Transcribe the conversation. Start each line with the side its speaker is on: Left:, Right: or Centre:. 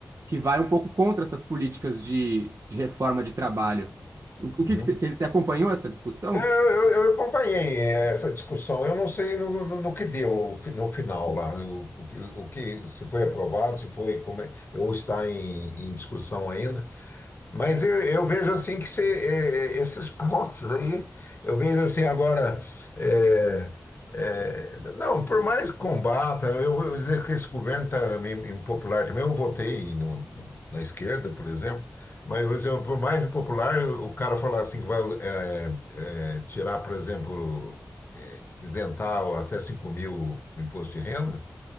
Right: que vai um pouco contra essas políticas de, de reforma de trabalho. O, o
Left: Uhum.
Right: que que você você acompanhou essa discussão?
Left: É, Eu, eu eu acompanhei essa discussão, eu não sei no, no- no que deu fi- no final lá, o, o que, o que- se foi aprovado, se foi, como é- ou está em, em discussão ainda, Mas eu, eu vejo assim que se, eh, eh, esses pontos aí, eu vejo assim agora. eh, eh, não, por mais que combata, eu vou dizer que esse governo está impopular também. Eu votei no- no- na esquerda, por exemplo, mas eu, vou dizer por mais impopular, o cara falar assim que vai eh, eh, tirar, por exemplo, eh, isentar até 5 mil o imposto de renda.